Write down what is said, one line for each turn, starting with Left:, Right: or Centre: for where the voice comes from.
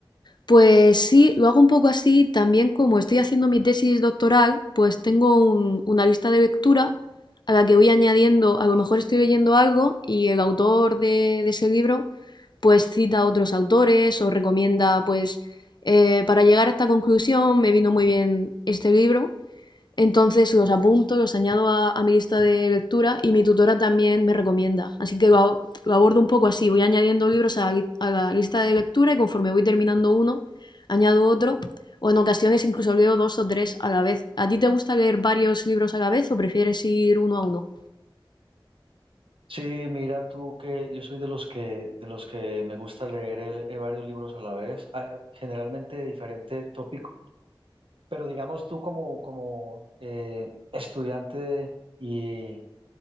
Left: Pues sí, lo hago un poco así. También como estoy haciendo mi tesis doctoral, pues tengo un- una lista de lectura a la que voy añadiendo, a lo mejor estoy leyendo algo y el autor de, de ese libro pues cita a otros autores o recomienda pues eh, para llegar a esta conclusión me vino muy bien este libro entonces los apunto, los añado a, a mi lista de lectura y mi tutora también me recomienda. Así que lo, ab- lo abordo un poco así. Voy añadiendo libros a la, li- a la lista de lectura y conforme voy terminando uno, añado otro. O en ocasiones incluso leo dos o tres a la vez. ¿A ti te gusta leer varios libros a la vez o prefieres ir uno a uno?
Right: Sí, mira tú que yo soy de los que de los que me gusta leer el- eh, varios libros a la vez, ah, generalmente de diferente tópico, pero digamos tú como como eh, estudiante y